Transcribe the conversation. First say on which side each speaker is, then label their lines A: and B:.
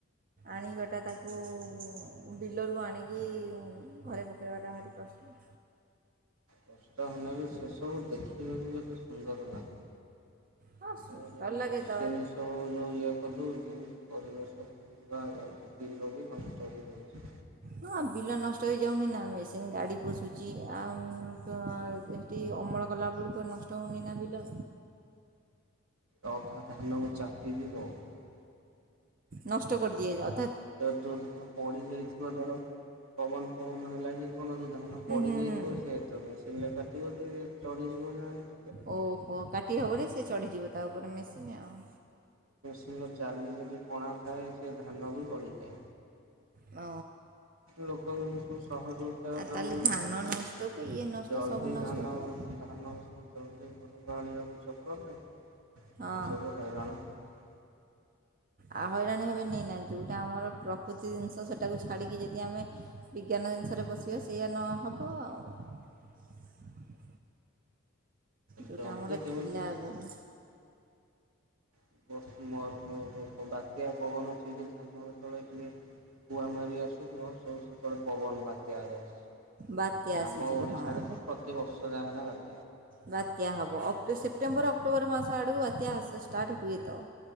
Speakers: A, on the right; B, on the right.
A: ଆଣିବାଟା ତାକୁ ଉଁ ବିଲରୁ ଆଣିକି ଉଁ ଘରେ ପକେଇବାଟା ଭାରି କଷ୍ ଉଁ
B: କଷ୍ଟ ହେଲେ ବି ସେସବୁ ଦେଖିବାକୁ କେତେ ସୁନ୍ଦର ଲାଗେ।
A: ହଁ ସୁନ୍ଦର
B: ନାଇଁ ଯୋଉ
A: ଲାଗେ
B: ମେସିନ୍
A: ତ
B: ସବୁ ଯୋଉ ଇଏ କରିଦଉ ଇଏ ବି ପରିବେଶ ପୁରା ଯାଉଚି ବିଲ ବି ନଷ୍ଟ ହେଇଯାଉଚି।
A: ହ <inaudible> ହଁ ବିଲ ନଷ୍ଟ ହେଇଯାଉନି ନା ମେସିନ୍ ଗାଡ଼ି ପସୁଚି ଆ ଉମ୍ ତ ଏଟି ଅମ ର କଲାବେଳୁକୁ ନଷ୍ଟ ହୋଉନେଇ ନା ବିଲ?
B: ଆ ଅଧା ଧାନକୁ ଚାପି ଯିବ ସେଟା।
A: ନଷ୍ଟ କରଦିଏ ଯଅ
B: ତ ଯୋଉ ଧାନ ପଡ଼ି ଯାଇଥିବ ଧର ପବନ ଫବନ ହେଲା କି କଣ ଯୋଉ ଧାନ
A: ହୁଁ
B: ପଡ଼ିଯାଇଥିବ
A: ହୁଁ ହୁଁ
B: ସିଏ ତ ମେସିନ୍ ରେ କାଟିବ ଯେ ଚଢ଼ିଯିବ ଯାହେନେ।
A: ଓହୋ କାଟି ହବନି ସେ ଚଢ଼ିଯିବ, ତା ଉପରେ ମେସିନ୍ ଆଉ
B: ଙ୍ଗ ଜାଲି ଯଦି କଣା ଥାଏ ସେ ଧାନ ବି ଗଳିଯାଏ।
A: ହ।
B: ଲୋକ ମାନେ ସବୁ ସହଜ ଉପାୟ ଚାହୁଁଛନ୍ତି।
A: ତାହେଲେ ଧାନ ନଷ୍ଟକୁ ଇଏ ନଷ୍ଟ
B: ଜଲଦି
A: ସବୁ ନଷ୍ଟ
B: ଧାନ,
A: ହୁଏ
B: ଧାନ ସବୁ ଜଲଦି ଘରକୁ ଆଣିବାକୁ ଚକରରେ
A: ହଁ
B: ଏସବୁ ହଇରାଣ ହୁଅନ୍ତୁ।
A: ଆ ହଇରାଣ ହେବେ ନି ନାହିଁ ଯଉଁଟା ଆମର ପ୍ରକୃତି ଜିନିଷ ସେଇଟାକୁ ଛାଡ଼ିକି ଯଦି ଆମେ ବିଜ୍ଞାନ ସି ଜିନିସ ରେ ପଶିବ ସେୟା ନ ହବ ଆଉ। ଯେଉଁଟା
B: ଜଲ୍ଦି
A: ଆମର
B: କେମିତି
A: ଥିଲା ଆଗରୁ।
B: <unintelligible> ବାତ୍ୟା ପବନ ଠିକ ଧାନ ତଳେ ଟିକେ କୁଆ ମାରି ଆସୁ ଥିବ। ସବୁ ସେତେବେଳେ ପବନ ବାତ୍ୟା ଆସଚି,
A: ବାତ୍ୟା ଆସିଯିବ
B: ଆମ ଓଡ଼ିଶାରେ
A: ହଁ
B: ତ ପ୍ରତିବର୍ଷ ଯାହାହଲେ ବାତ୍ୟା।
A: ବାତ୍ୟା ହବ ଅକ୍ଟ ସେପ୍ଟେମ୍ବର ଅକ୍ଟୋବର ମାସ ଆଡକୁ ବାତ୍ୟା ଷ୍ଟାର୍ଟ ହୁଏ ତ।